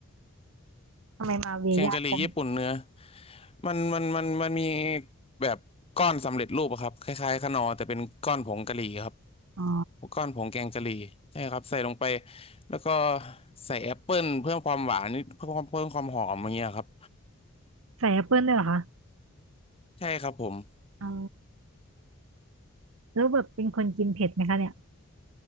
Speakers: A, on the right (about 65°); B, on the left (about 25°).
A: ทำไมมาเวียยากจัง
B: แกงกะหรี่ญี่ปุ่นเนื้อมันมันมันมันมีแบบก้อนสำเร็จรูปอะครับคล้ายๆขนอแต่เป็นก้อนผงกะหรี่ครับ
A: อ๋อ
B: ก้อนผงแกงกะหรี่ใช่ครับใส่ลงไปแล้วก็ใส่แอปเปิลเพิ่มความหวานนิดเพิ่มความเพิ่มความหอมอย่างเงี้ยครับ
A: ใส่แอปเปิ้ลด้วยเหรอคะ
B: ใช่ครับผม
A: อ๋อ แล้วแบบเป็นคนกินเผ็ดไหมคะเนี่ย